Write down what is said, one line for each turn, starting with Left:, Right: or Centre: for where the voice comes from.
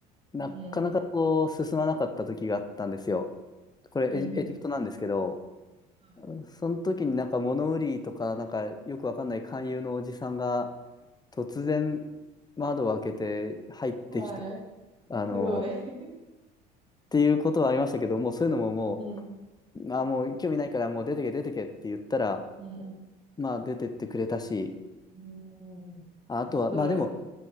Left: なかなかこう、
Right: うん、
Left: 進まなかった時があったんですよ。これ、
Right: うん、
Left: エジ、エジプトなんですけど、
Right: うん。は
Left: その時になんか物売りとか、なんかよくわかんない勧誘のおじさんが突然窓を開けて入ってきて、
Right: い。はい
Left: あの、
Right: すごい。
Left: っていうことはありましたけど、もうそういうのもも
Right: <laughs> うん、
Left: う、まあ、もう興味ないからもう出てけ出てけって言ったら、
Right: うん、
Left: まあ出てってくれたし、
Right: うん。うん。
Left: ああとは、
Right: あ、そしたらよかった。
Left: まあでも、